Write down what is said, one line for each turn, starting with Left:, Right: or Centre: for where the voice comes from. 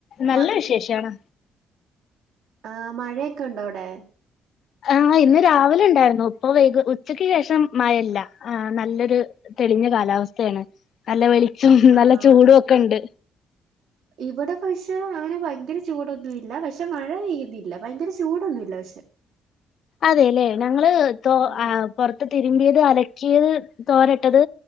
Left: നല്ല
Right: മ
Left: വിശേഷാണ്
Right: ആ മഴയൊക്കെ ഉണ്ടോ അവിടെ
Left: ആഹ ഇന്ന് രാവിലെ എ ണ്ടായിരുന്നു ഇപ്പ വൈക ഉച്ചക്ക് ശേഷം മഴല്ല ആ നല്ലൊരു തെളിഞ്ഞ കാലാവസ്ഥയാണ് നല്ല വെളിച്ചോ നല്ല
Right: ആഹ്
Left: ചൂടും ഒക്കെ ഉണ്ട്
Right: ഇവിടെ പക്ഷെ അങ്ങനെ ഭയങ്കര ചൂടൊന്നുമില്ല പക്ഷെ മഴ പെയ്യുന്നില്ല ഭയങ്കര ചൂടൊന്നുമില്ല പക്ഷെ
Left: അതെല്ലെ ഞങ്ങള് തോ
Right: ആഹ്
Left: പുറത്ത് തിരുമ്പിയത് അല ക്കിയത് തോരട്ടിത്